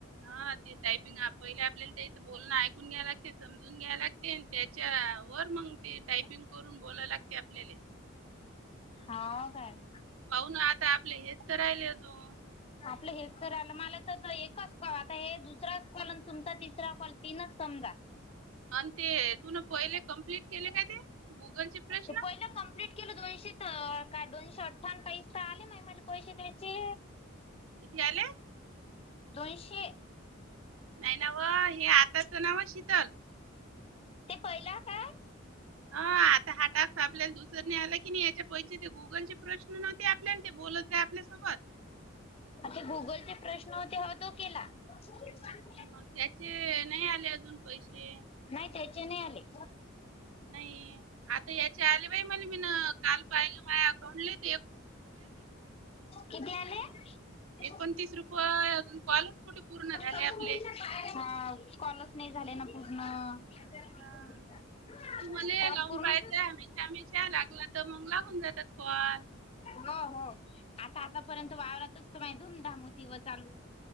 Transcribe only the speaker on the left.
हा काय?
आपल हेच तर आल मला तर एकच कॉ आता हे दुसरा कॉल आणि तुमचा तिसरा कॉल तीनच समजा.
ते पहिल क्प्लीट.. केलं दोनशे तर काय दोनशे अठ्ठा काही तर आले माहि मला पैसे द्यायचे
दोनशे.
ते पहिला काय
अते गुगलचे प्रश्न होते ह तो केला. <inaudible>
नाही त्याचे नाही आले.
कती आले? <inaudible>
हा
कॉलस नाही झाले ना पूर्ण. <inaudible>
कॉल
पूर्ण
हो हो आता आतापर्यंत वावरातचत माहि धूमधाम होती व चालू.